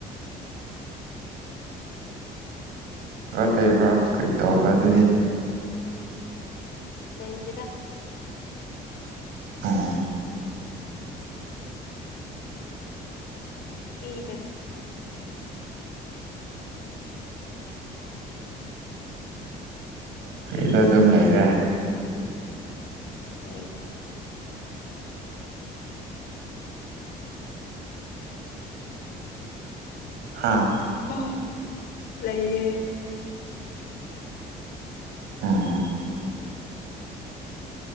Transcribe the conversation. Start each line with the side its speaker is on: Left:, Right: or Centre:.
Right: ꯈ ꯂꯩꯕ꯭ꯔꯥ ꯀꯔꯤ ꯇꯧꯕ꯭ꯔꯥ ꯑꯗꯨꯗꯤ
Left: ꯂꯩ ꯂꯩꯇꯗ
Right: ꯎꯝ
Left: ꯐ꯭ꯔꯤꯇꯅꯤ
Right: ꯐ꯭ꯔꯤꯗ ꯑꯗꯨꯝ ꯂꯩ ꯂꯩꯔꯦ
Left: ꯂꯩꯔꯦ
Right: ꯍꯥꯥ
Left: ꯑꯣ ꯂꯩꯌꯦ
Right: ꯑꯣ ꯑꯣ